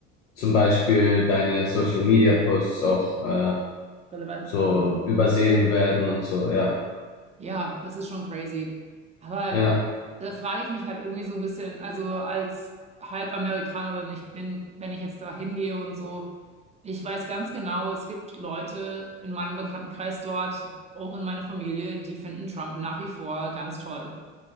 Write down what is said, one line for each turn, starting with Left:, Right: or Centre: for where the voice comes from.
Left: zum Beispiel deine Social Media Posts auch äh,
Right: Relevanz
Left: so
Right: haben.
Left: übersehen werden und so, ja.
Right: Ja, das ist schon crazy. Aber
Left: Ja.
Right: da frage ich mich halt irgendwie so ein bisschen, also als Halbamerikanerin, ich bin, wenn ich jetzt da hingehe und so Ich weiß ganz genau, es gibt Leute in meinem Bekanntenkreis dort, auch in meiner Familie, die finden Trump nach wie vor ganz toll.